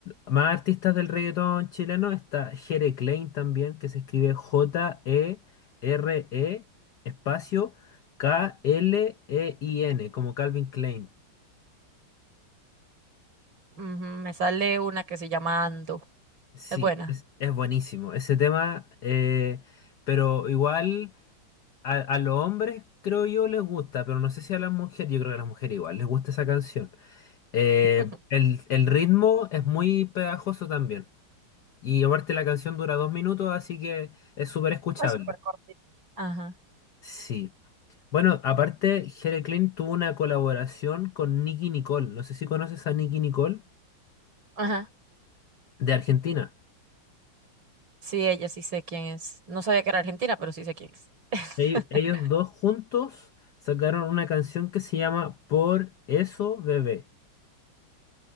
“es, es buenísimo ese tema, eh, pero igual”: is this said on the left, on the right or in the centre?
Left